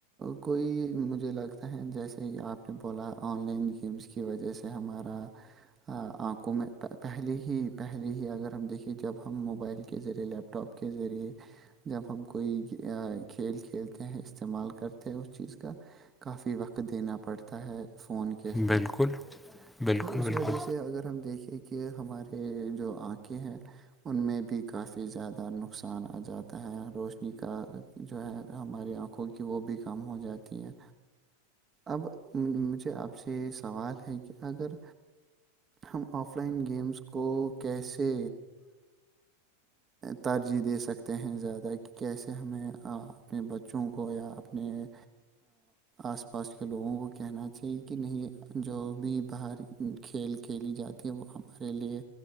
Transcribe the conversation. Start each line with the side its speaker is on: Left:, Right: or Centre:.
Right: کوئی مجھے لگتا جیسے ہی آپ نے بولا آن لائن گیمس کی وجہ سے ہمارا آنکھوں میں پہلے ہی پہلے ہی اگر ہم دیکھے جب ہم موبائل کے ذریعے لیپ ٹاپ کے ذریعے جب ہم کوئی کھیل کھیلتے ہیں استعمال کرتے ہیں اس چیز کا کافی وقت دینا پڑتا ہے فون کے ساتھ
Centre: بالکل بالکل
Right: تو اس
Centre: بالکل
Right: وجہ سے اگر ہم دیکھیں کہ ہمارے جو آنکھیں ہیں ان میں بھی کافی زیادہ نقصان آ جاتا ہے روشنی کا جو ہے ہماری آنکھوں کی وہ بھی کم ہو جاتی ہے اب مجھے آپ سے یہ سوال ہے کہ اگر ہم آف لائن گیمز کو کیسے ترجیح دے سکتے ہیں زیادہ کہ کیسے ہمیں اپنے بچوں کو یاپ م آس پاس کے لوگوں کو کہنا چاہیے کہ نہیں جو بھی باہر کھیل کھیلی جاتی ہے وہ ہمارے لیے